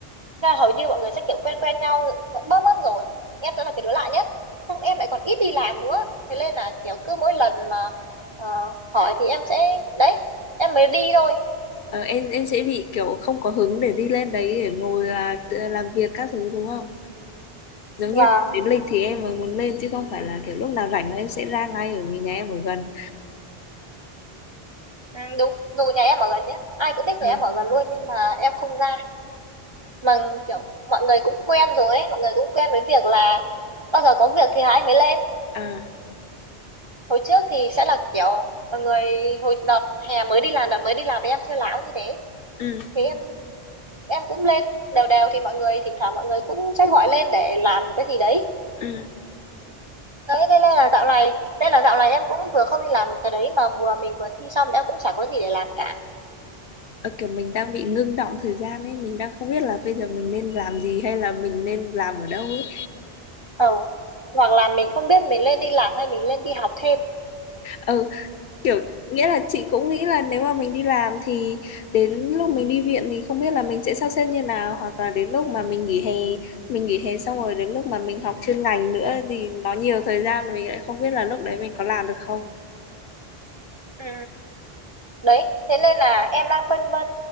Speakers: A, on the right (about 40°); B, on the left (about 65°).
A: Thế là hầu như mọi người sẽ kiểu quen quen nhau bớm bớm rồi em sẽ là cái đứa lạ nhất xong em lại còn ít đi làm nữa thế nên là kiểu cứ mỗi lần mà ờ, hỏi thì em sẽ đấy em mới đi thôi
B: Ờ, em em sẽ bị kiểu không có hứng để đi lên đấy để ngồi là tự- làm việc các thứ đúng không? Giống
A: và
B: như đến lịch thì em mới muốn lên chứ không phải là kiểu lúc nào rảnh là em sẽ ra ngay ở vì nhà em ở gần.
A: ừ, đúng dù nhà em ở gần nhé ai cũng biết
B: Ừ.
A: nhà em ở gần luôn nhưng mà em không ra mà kiểu mọi người cũng quen rồi ấy mọi người cũng quen với việc là bao giờ có việc thì hai anh mới lên
B: À,
A: hồi trước thì sẽ là kiểu mọi người hồi đợt hè mới đi làm đợt mới đi làm thì em siêu láo như thế
B: ừ,
A: thì em em cũng lên đều đều thì mọi người thỉnh thoảng mọi người cũng sẽ gọi lên để làm một cái gì đấy
B: ừ.
A: đấy thế nên là dạo này nên là dạo này em cũng vừa không đi làm cái đấy mà vừa mình vừa thi xong em cũng chả có gì để làm cả
B: Ờ, kiểu mình đang bị ngưng động thời gian ấy, mình đang không biết là bây giờ mình nên làm gì hay là mình nên làm ở đâu ấy.
A: ờ hoặc là mình không biết mình lên đi làm hay mình lên đi học thêm
B: Ừ, kiểu nghĩa là chị cũng nghĩ là nếu mà mình đi làm thì đến lúc mình đi viện thì không biết là mình sẽ sắp xếp như nào hoặc là đến lúc mà mình nghỉ hè mình nghỉ hè xong rồi đến lúc mà mình học chuyên ngành nữa thì nó nhiều thời gian rồi mình lại không biết là lúc đấy mình có làm được không
A: Ừ. đấy thế nên là em đang phân vân